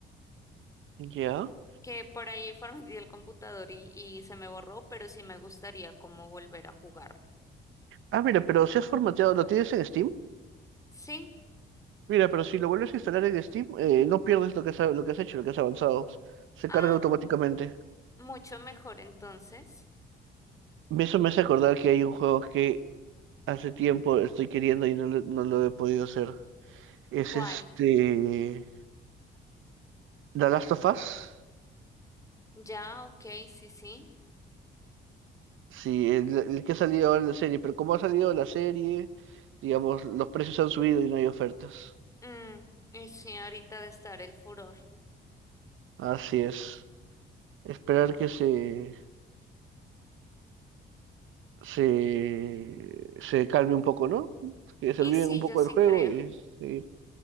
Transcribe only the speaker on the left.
que por ahí <laughs> formateé el computador y, y se me borró, pero sí me gustaría como volver a jugar.
Sí,
ah,
mucho mejor entonces.
¿Cuál?
Ya, ok, sí, sí.
Mm, y sí, ahorita de estar el furor.
Y
sí,
yo sí
creo.